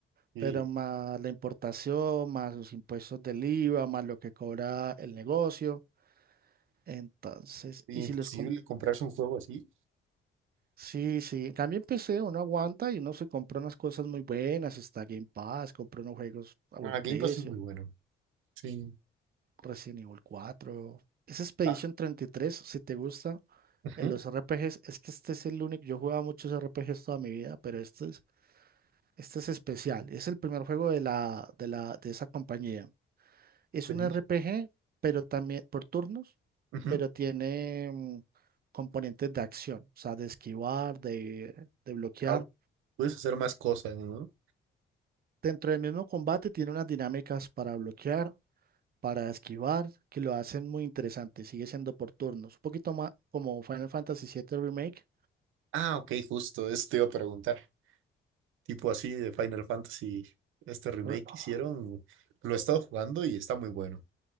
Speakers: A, on the right; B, on the right.
A: Sí.
B: pero más la importación, más los impuestos del IVA, más lo que cobra el negocio. Entonces,
A: y
B: y
A: Imposible
B: si los... com-
A: comprarse un juego así.
B: Sí, sí, en cambio en PC uno aguanta y uno se compra unas cosas muy buenas, está Game Pass, compra unos juegos a buen
A: Ah,
B: precio.
A: Game Pass es muy bueno. Sí.
B: Resident Evil 4. Ese Expedition
A: Ah,
B: treinta y tres si te gusta,
A: ujú,
B: en los RPGs, es que este es el único, yo jugaba muchos RPGs toda mi vida, pero este es, este es especial. Es el primer juego de la, de la, de esa compañía. Es
A: te
B: un
A: dije.
B: RPG, pero también por turnos,
A: Ujú.
B: pero tiene mm, componentes de acción, o sea, de esquivar, de, de bloquear.
A: Ah, puedes hacer más cosas, ¿no?
B: Dentro del mismo combate tiene unas dinámicas para bloquear para esquivar, que lo hacen muy interesante, sigue siendo por turnos, un poquito más como Final Fantasy VII Remake,
A: Ah, ok, justo, eso te iba a preguntar. Tipo así de Final Fantasy, este remake
B: pero, oh,
A: que hicieron, lo he estado jugando y está muy bueno.